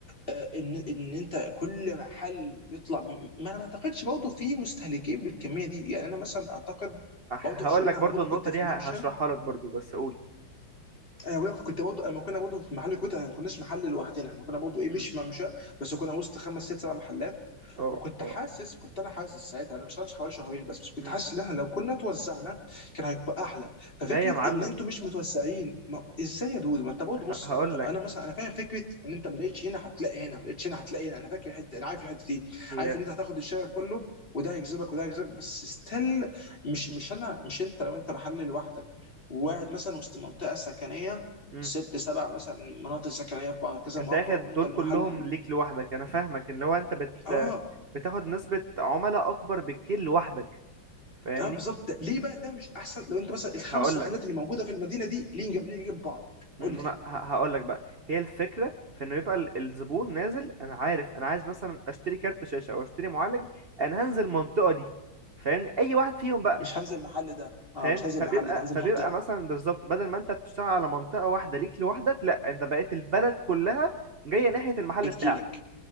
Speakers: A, on the left; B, on the right.
A: آه، ان ان انت كل محل بيطلع ب- ما انا ما اعتقدش برضه في مستهلكين بالكميه دي يعني انا مثلا اعتقد برضه
B: هقول
A: في شغلنا
B: لك برضو
A: انا برضه
B: النقطة
A: كنت في
B: دي ه-
A: ممشى
B: هشرحها لك برضو بس قول
A: انا بقولك كنت برضه لما كنا برضه في محل كويت احنا ما كناش محل لوحدنا احنا كنا برضه ايه
B: مم.
A: مش ممشى بس كنا وسط خمس ست سبع محلات
B: اه
A: وكنت
B: اه
A: حاسس كنت انا حاسس ساعتها انا مش شغال حوالي شهرين بس بس كنت
B: مم.
A: حاسس ان احنا لو كنا توزعنا كان هيبقى احلى ففكره
B: لا يا معلم
A: ان انتوا مش متوزعين ما ازاي يا دود ما انت برضه
B: هقول
A: بص انت انا
B: لك
A: مثلا انا فاهم فكره ان انت ما لقيتش هنا هتلاقي هنا ما لقيتش هنا هتلاقي هنا انا فاكر الحته انا عارف الحته دي
B: هي
A: عارف ان انت هتاخد الشارع كله وده هيجذبك وده هيجذبك بس ستيل مش مش انا مش انت لو انت محل لوحدك وواحد
B: مم.
A: مثلا وسط منطقه سكنيه
B: مم.
A: ست سبع مثلا مناطق سكنيه في بعض كذا
B: انت
A: مربع
B: اخد
A: وانت
B: دول
A: المحل
B: كلهم ليك لوحدك انا فاهمك ان لو انت بت
A: اه
B: بتاخد نسبة عملاء اكبر بكتير لوحدك فاهمني
A: اه بالظبط ليه بقى ده مش احسن لو انت مثلا الخمس
B: هقول
A: محلات
B: لك
A: اللي موجوده في المدينه دي ليه جنب ليه جنب بعض
B: انا
A: قول لي
B: هقول لك بقى هي الفكرة في انه يبقى ال- الزبون نازل انا عارف انا عايز مثلا اشتري كارت شاشة او اشتري معالج انا هنزل المنطقة دي فاهمني اي واحد فيهم بقى
A: مش هنزل المحل ده
B: فاهم
A: اه مش هنزل
B: فبيبقى
A: المحل ده هنزل
B: فبيبقى
A: منطقه
B: مثلا بالظبط بدل ما انت بتشتغل على منطقة واحدة ليك لوحدك لا انت بقيت البلد كلها جاية ناحية المحل
A: بتجيلك
B: بتاعك